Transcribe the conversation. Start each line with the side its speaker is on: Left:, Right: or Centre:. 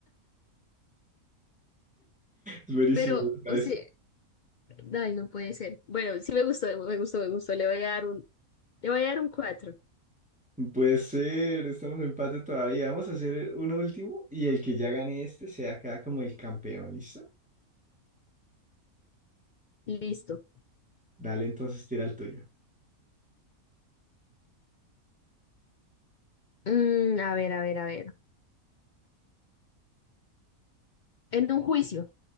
Centre: Es buenísimo,
Left: Pero,
Centre: ¿no te parece?
Left: o sea, ay, no puede ser. Bueno, sí me gustó, me gustó, me gustó. Le voy a dar un, le voy a dar un 4.
Centre: Puede ser, estamos en empate todavía. Vamos a hacer uno último y el que ya gane este se acá como el campeón, ¿listo?
Left: Listo.
Centre: Dale, entonces tira el tuyo.
Left: Mm, a ver, a ver, a ver. En un juicio.